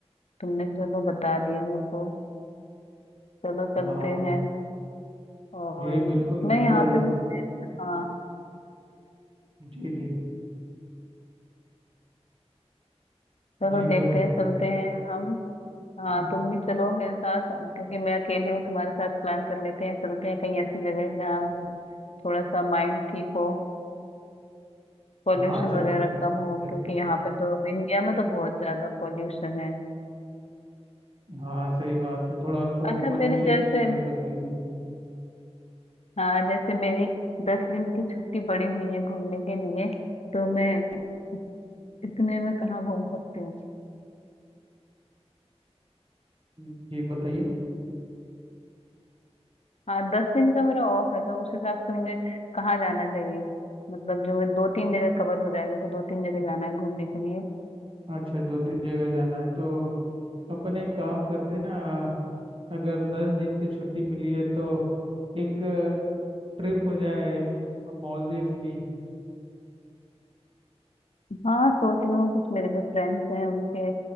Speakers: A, on the left (about 70°); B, on the right (about 50°).
A: तुमने चलो बता दिया मेरे को चलो चलते
B: हाँ
A: हैं और
B: जी बिल्कुल बिल्कुल
A: मैं यहाँ पे भी हाँ
B: जी जी
A: चलो
B: जी
A: देखते
B: बोलिए
A: हैं चलते हैं हम
B: हम्म,
A: हाँ तुम भी चलो मेरे साथ क्योंकि मैं अकेली हूँ तुम्हारे साथ प्लान कर लेते हैं चलते हैं कहीं ऐसी जगह जहाँ थोड़ा सा माइंड ठीक हो पॉल्यूशन
B: हाँ चलते
A: वगैरह
B: हैं बिल्कुल
A: कम हो
B: चलते
A: क्योंकि यहाँ पे तो इंडिया में तो बहुत ज्यादा पॉल्यूशन है
B: हैं हाँ सही बात है थोड़ा पॉल्यूशन
A: अच्छा मेरी जैसे
B: भी है और गर्मी भी है
A: हाँ जैसे मेरी दस दिन की छुट्टी पड़ी हुई है घूमने के लिए तो मैं इतने में कहाँ घूम सकती हूँ
B: हम्म, जी बताइए
A: हाँ दस दिन का मेरा ऑफ है तो उस हिसाब से मुझे कहाँ जाना चाहिए मतलब जो मैं दो तीन जगह कवर हो जाए मेरे को दो तीन जगह जाना है घूमने के लिए
B: अच्छा दो तीन जगह जाना है तो अपन एक काम करते ना अगर दस दिन की छुट्टी मिली है तो एक ट्रिप हो जाए मालदीव्स की
A: हाँ सोच रही हूँ कुछ मेरे जो फ्रेंड्स हैं उनके